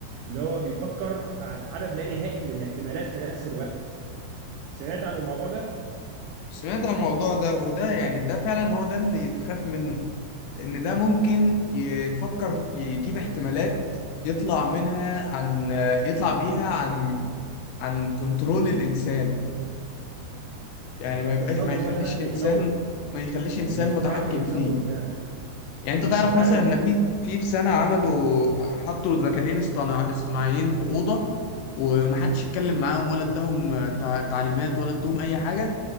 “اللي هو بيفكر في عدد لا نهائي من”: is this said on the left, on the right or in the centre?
Right